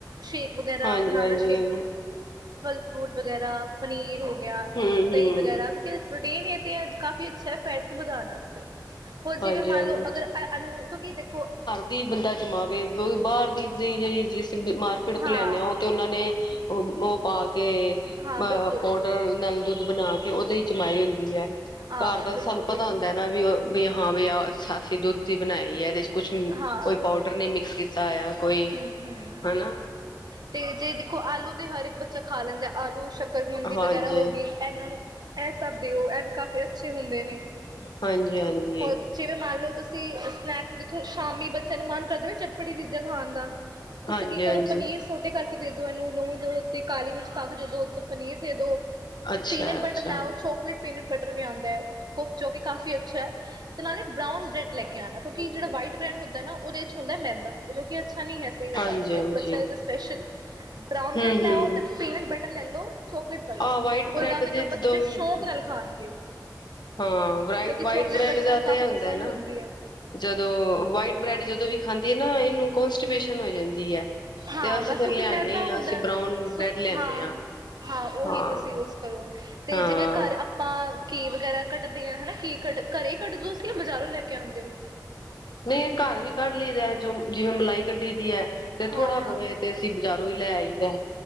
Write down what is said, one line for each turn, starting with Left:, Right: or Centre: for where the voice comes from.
Right: ਸ਼ੇਕ ਵਗੈਰਾ
Left: ਹਾਂਜੀ-ਹਾਂਜੀ,
Right: ਬਨਾਨਾ ਸੇ਼ ਫਲ ਫਰੂਟ ਵਗੈਰਾ ਪਨੀਰ ਹੋ ਗਿਆ,
Left: ਹੂੰ-ਹੂੰ,
Right: ਦਹੀਂ ਵਗੈਰਾ ਪ੍ਰੋਟੀਨ ਹੀ ਤੇ ਕਾਫੀ ਅੱਛਾ ਹੈ, ਫੈਟ ਨੂੰ ਵਧਾਣ ਆਸਤੇ। ਹੋਰ ਜਿਵੇਂ
Left: ਹਾਂਜੀ-ਹਾਂਜੀ।
Right: ਮੰਨ ਲਓ ਅਗਰ ਇਹ ਨੂੰ, ਕਿਉ ਕੀ ਦੇਖੋ
Left: ਦਿ ਬੰਦਾ ਜਮਾਵੇ, ਬਾਹਰ ਦੀ ਦੀ ਜਿਹੜੀ ਮਾਰਕੀਟ
Right: ਹਾਂ
Left: ਲਿਆਂਦੇ ਆ ਉਹ ਤੇ ਉਹਨਾਂ ਨੇ ਉਹ ਮੂੰਹ ਪਾ ਕੇ
Right: ਹਾਂ
Left: ਪ
Right: ਬਿਲਕੁਲ
Left: ਪਾਊਡਰ ਨਾਲ ਦੁੱਧ ਬਣਾ ਕੇ ਉਹਦੇ ਹੀ ਜਮਾਈ ਹੁੰਦੀ ਹੈ।
Right: ਆਹੋ
Left: ਘਰ ਦਾ ਤਾਂ
Right: ਬਿਲਕੁਲ
Left: ਸਾਨੂੰ
Right: ਬਿਲਕੁਲ
Left: ਪਤਾ ਹੁੰਦਾ ਨਾ। ਵੀ ਉਹ ਵੀ ਹਾਂ ਵੀ ਆਹ ਅਸੀਂ ਦੁੱਧ ਹੀ ਬਣਾਈ ਆ। ਇਹਦੇ ਚ ਕੁਛ ਵੀ
Right: ਹਾਂ
Left: ਕੋਈ ਪਾਊਡਰ ਨੀ ਮਿਕਸ ਕੀਤਾ ਹੋਇਆ। ਕੋਈ
Right: ਹੂੰ-ਹੂੰ
Left: ਹਨਾ
Right: ਤੇ ਜੇ ਦੇਖੋ ਆਲੂ ਤੇ ਹਰ ਇੱਕ ਬੱਚਾ ਖਾ ਲੈਂਦਾ। ਆਲੂ- ਸ਼ਕਰਕੰਦੀ
Left: ਹਾਂਜੀ।
Right: ਵਗੈਰਾ ਹੋ ਗਈ। ਐਨਾਂ ਨੂੰ ਏਹ ਸਭ ਦਿਓ ਇਹ ਵੀ ਕਾਫੀ ਅੱਛੇ ਹੁੰਦੇ ਨੇ।
Left: ਹਾਂਜੀ-ਹਾਂਜੀ,
Right: ਹੋਰ ਜਿਵੇਂ ਮੰਨ ਲਓ ਤੁਸੀਂ ਸਨੈਕ ਦੇਖੋ ਸ਼ਾਮੀ ਬੱਚਿਆਂ ਨੂੰ ਮਾਣ ਕਰਦਾ ਨਾ, ਚਟਪਟੀ ਚੀਜ਼ਾਂ ਖਾਣ ਦਾ। ਤੁਸੀਂ
Left: ਹਾਂਜੀ-ਹਾਂਜੀ,
Right: ਕੀ ਕਰੋ ਪਨੀਰ ਸੋਟੇ ਕਰਕੇ ਦੇ ਦੋ ਇਹਨੂੰ ਨੂਨ ਤੇ ਕਾਲੀ ਮਿਰਚ ਪਾ ਕੇ ਦੋ ਤੇ ਪਨੀਰ ਦੇ ਦੋ
Left: ਅੱਛਾ-ਅੱਛਾ।
Right: ਪੀਨਟ ਬਟਰ ਲੈ ਆਓ ਚੋਕਲੇਟ ਪੀਨਟ ਬਟਰ ਵੀ ਆਂਦਾ ਐ, ਉਹ ਜੋ ਕਿ ਕਾਫੀ ਅੱਛਾ ਹੈ। ਤੇ ਨਾਲੇ ਬਰਾਊਨ ਬਰੈਡ ਲੈ ਕੇ ਆਨਾ। ਕਿਉਂਕਿ ਜੇੜਾ ਵਾਈਟ ਬ੍ਰੈਂਡ ਹੁੰਦਾ ਏ ਨਾ, ਉਹਦੇ ਹੁੰਦਾ ਮੈਦਾ ਜੋ ਕਿ ਅੱਛਾ ਨਹੀਂ ਹੈ। ਸਿਹਤ
Left: ਹਾਂਜੀ-ਹਾਂਜੀ,
Right: ਆਸਤੇ ਬੱਚਿਆਂ ਦੀ ਤਾਂ ਸਪੈਸ਼ਲ ਬਰਾਊਨ
Left: ਹੂੰ-ਹੂੰ
Right: ਬ੍ਰੈਡ ਲੈਓ ਤੇ ਪੀਨਟ ਬਟਰ ਲੈ ਲਓ ਚੋਕਲੇਟ ਵਾਲਾ,
Left: ਆਹ ਵਾਈਟ
Right: ਉਹ
Left: ਬ੍ਰੈਡ
Right: ਗ ਕੇਦੇਓ
Left: ਦੇ ਜਦੋਂ
Right: ਬੱਚੇ ਸ਼ੌਂਕ ਨਾਲ ਖਾਣਗੇ।
Left: ਹਾਂ, ਵ
Right: ਕਿਉਂਕਿ
Left: ਵਾਈਟ
Right: ਚੋਕਲੇਟ
Left: ਬ੍ਰੈਡ
Right: ਬੱਚਿਆਂ
Left: ਦਾ
Right: ਨੂੰ ਕਾਫ਼ੀ
Left: ਤੇ ਇਹ ਹੁੰਦਾ
Right: ਪਸੰਦ
Left: ਹੈ ਨਾ
Right: ਹੁੰਦੀ ਹੈ
Left: ਜਦੋਂ, ਵਾਈਟ ਬ੍ਰੈਡ ਜਦੋਂ ਵੀ ਖਾਂਦੀ ਹੈ ਨਾ ਇਹਨੂੰ ਕੌਂਸਟੀਪੇਸ਼ਨ ਹੋ ਜਾਂਦੀ ਹੈ।
Right: ਹਾਂ,
Left: ਤੇ ਅਸੀਂ
Right: ਬਸ
Left: ਫਿਰ
Right: ਕਿਓਂ
Left: ਲਿਆਨੇ
Right: ਕਿ ਮੈਦਾ
Left: ਹਾਂ
Right: ਹੁੰਦਾ
Left: ਅਸੀਂ
Right: ਏ
Left: ਬਰਾਊਨ
Right: ਸੁ
Left: ਬ੍ਰੈਡ ਲਿਆਨੇ
Right: ਹਾਂ ਹਾਂ, ਉਹੀ
Left: ਹਾਂ
Right: ਤੁਸੀਂ ਯੂਸ ਕਰੋ ਤੇ
Left: ਹਾਂ
Right: ਜਿਵੇਂ ਘਰ ਅਪ ਆਪਾਂ ਘੀ ਵਗੈਰਾ ਕੱਢਦੇ ਹਾਂ ਹਨਾ ਘੀ ਘਰੇ ਹੀ ਕੱਢ ਦੋ ਤੁਸੀਂ ਜਾਂ ਬਜ਼ਾਰੋਂ ਲੈ ਕੇ ਆਉਂਦੇ ਹੋ?
Left: ਨਹੀਂ, ਇਹ ਘਰ ਵੀ ਕੱਢ ਲਈਦਾ ਜੋ ਜਿਵੇਂ ਮਲਾਈ ਕੱਢੀ ਦੀ ਹੈ ਤੇ
Right: ਹਾਂ-ਹਾਂ,
Left: ਥੋੜਾ ਬਹੁਏ ਤੇ ਅਸੀਂ ਬਜਾਰੋਂ ਹੀ ਲੈ ਆਈਦਾ।